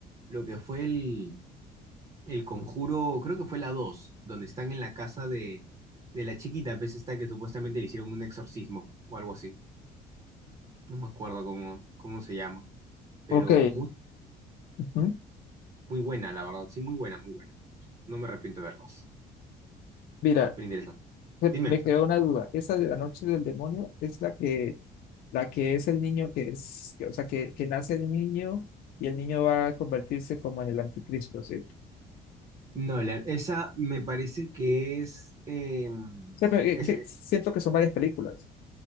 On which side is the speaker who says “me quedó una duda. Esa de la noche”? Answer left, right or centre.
Left